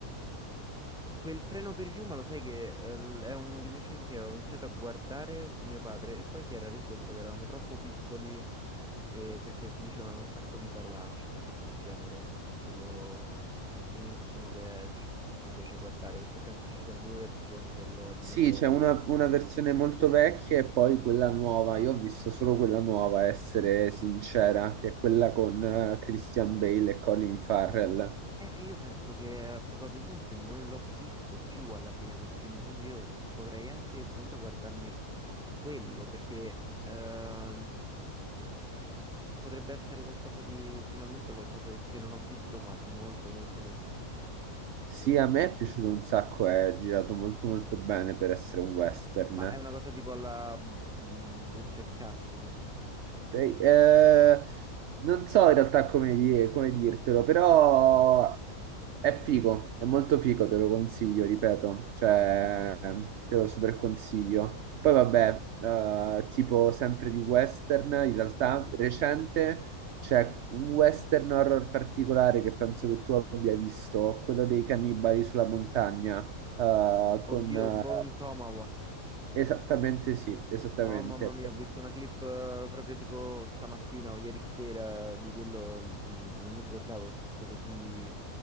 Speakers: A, in the centre; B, on the right.
A: Quel treno per Yuma, lo sai che eh, l- è uno di quei film che avevo iniziato a guardare con mio padre e poi si era reso conto che eravamo troppo piccoli eh, perché dicevano un sacco di parolacce, una cosa del genere, in quello, nel primissimo che ci, ci fece guardare, perché penso ci siano due versioni del- di
B: Sì,
A: quel treno
B: c'è
A: per
B: una,
A: Yuma.
B: una versione molto vecchia e poi quella nuova. Io ho visto solo quella nuova, essere sincera, che è quella con eh, Christian Bale e Colin Farrell.
A: Eh, io penso che eh, probabilmente non l'ho visto più alla fine quel film, quindi io potrei anche stasera guardarmi quello, perché ehm, potrebbe essere qualcosa di, finalmente qualcosa di- che non ho visto, ma di molto, molto, molto figo,
B: Sì,
A: giusto?
B: a me è piaciuto un sacco, è girato molto molto bene per essere un western.
A: Ma è una cosa tipo alla mm, Butch e Cassidy?
B: Dai, eh, non so in realtà come, di- come dirtelo, però è figo, è molto figo, te lo consiglio, ripeto, cioè te lo super consiglio. Poi vabbè, eh, tipo sempre di western, in realtà recente c'è un western horror particolare che penso che tu abbia visto, quello dei cannibali sulla montagna, eh,
A: Oddio,
B: con... eh,
A: Bone Tomahawk.
B: esattamente sì, esattamente,
A: Oh mamma mia, ho visto una clip eh, proprio tipo stamattina o ieri sera di quello, mm, non mi ricordavo che fosse così